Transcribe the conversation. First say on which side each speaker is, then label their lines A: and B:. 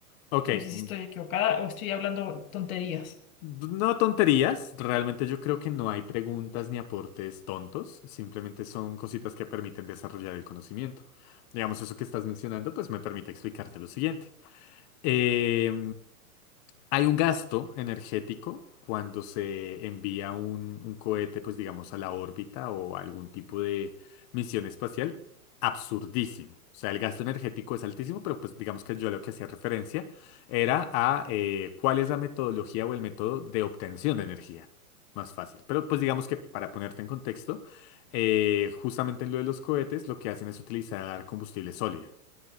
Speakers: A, on the left; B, on the left.
A: Ok,
B: No sé si
A: mm,
B: estoy equivocada o estoy hablando tonterías.
A: no tonterías, realmente yo creo que no hay preguntas ni aportes tontos, simplemente son cositas que permiten desarrollar el conocimiento. Digamos, eso que estás mencionando, pues me permite explicarte lo siguiente. Eh, hay un gasto energético cuando se envía un, un cohete, pues digamos, a la órbita o a algún tipo de misión espacial, absurdísimo. O sea, el gasto energético es altísimo, pero pues digamos que yo a lo que hacía referencia era a eh, cuál es la metodología o el método de obtención de energía. Más fácil. Pero pues digamos que para ponerte en contexto, eh, justamente en lo de los cohetes, lo que hacen es utilizar combustible sólido.